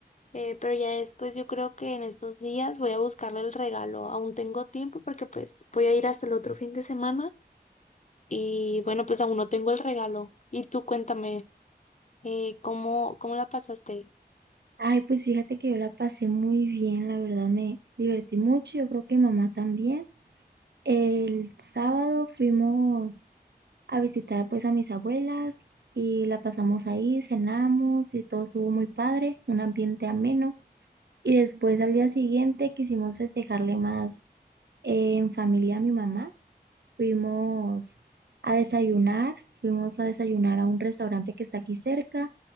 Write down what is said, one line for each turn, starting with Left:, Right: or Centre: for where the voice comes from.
Left: eh, pero ya después yo creo que en estos días voy a buscarle el regalo, aún tengo tiempo porque pues voy a ir hasta el otro fin de semana y bueno, pues aún no tengo el regalo. Y tú cuéntame, eh, ¿cómo, cómo la pasaste?
Right: Ay, pues fíjate que yo la pasé muy bien, la verdad me divertí mucho, yo creo que mi mamá también. El sábado fuimos a visitar pues a mis abuelas y la pasamos ahí, cenamos y todo estuvo muy padre, un ambiente ameno. Y después al día siguiente quisimos festejarle más eh, en familia a mi mamá. Fuimos a desayunar, fuimos a desayunar a un restaurante que está aquí cerca.